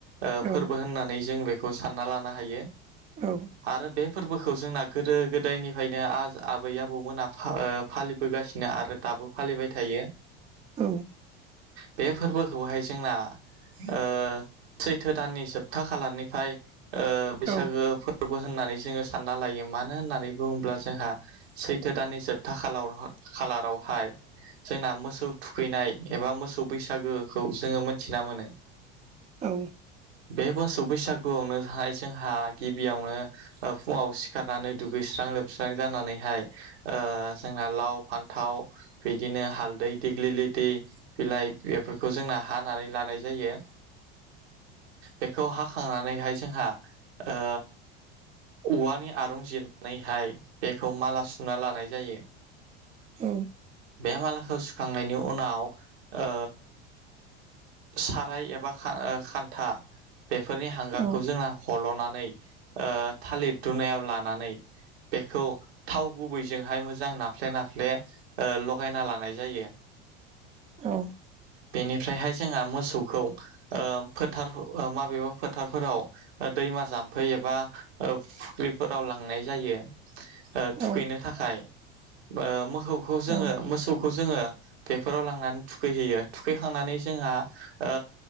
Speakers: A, on the right; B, on the right.
A: ओ
B: औ
A: फोरबो होननानै जों बे खौ सानना लानो हायो।
B: औ
A: आरो बे फोरबोख खौ जोंना गोदो गोदाय निफायनो आज आबै आबौमोना फा ओ फालिबोगासिनो आरो दाबो फालिबाय थायो।
B: औ।
A: बे फोरबोखौहाय जोंना ओ सैथो दाननि जोबथा खालारनिफाय ओ बैसागो
B: औ
A: फो रबो होननानै जोङो सानना लायो मानो होननानै बुङोब्ला जोंहा सैथो दाननि जोबथा खालार-खालारावहाय जोंना मोसौ थुखैनाय एबा मोसौ बैसागोखौ जोङो मोनथिना मोनो।
B: औ
A: बे बोस सौ बैसागुआवनोहाय जोंहा गिबियावनो ओ फुङाव सिखारनानै दुगैस्रां लोबस्रां जानानैहाय ओ जोंना लाव फान्थाव बिदिनो हालदै देग्लिलिथि बिलाइ बेफोरखौ जोंना हानानै लानाय जायो। बेखौ हा खांनानैहाय जोंहा ओ औवानि आरं जिरनानैहाय बेखौ माला सुना लानाय जायो।
B: औ।
A: बे मालाखो सुखांनायनि उनाव ओ साराय एबा खा ओ खान्था बेफोरनि हांगारखौ
B: औ
A: जोंना हल'ना नै ओ थालिर दुनायाव लानानै बेखौ थाव गुबैजोंहाय मोजां नाफ्ले नाफ्ले ओ लगायना लानाय जायो
B: औ
A: बेनिफ्रायहाय जोंहा मोसौखौ ओ फोथार माबेबा फोथारफोराव ओ दैमा जाम्फै एबा ओ फुख्रिफोराव लांनाय जायो ओ थुखैनो
B: औ
A: थाखाय ओ मोख <unintelligible>
B: औ
A: मोसौखौ जोङो बेफोराव लांनानै थुखैहैयो थुखैखांनानै जोंहा ओ